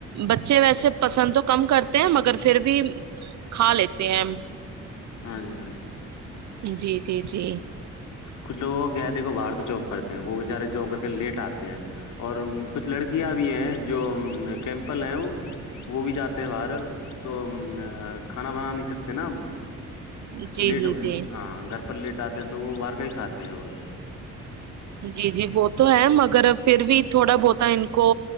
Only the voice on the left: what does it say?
ہاں جی ہاں جی
کچھ لوگوں کی یا دیک کہ وہ باہر تو جاب کرتے ہیں وہ بچارے جاب کر کے لیٹ آتے ہیں اور کچھ لڑکیاں بھی ہیں جو کیمپل ہیں وہ وہ بھی جاتے ہیں باہر تو کھانا بنا نہیں سکتے نا
لیٹو
ہاں گر لیٹ آتے تو وہ باہر ک کھاتے ہیں وہ لوگ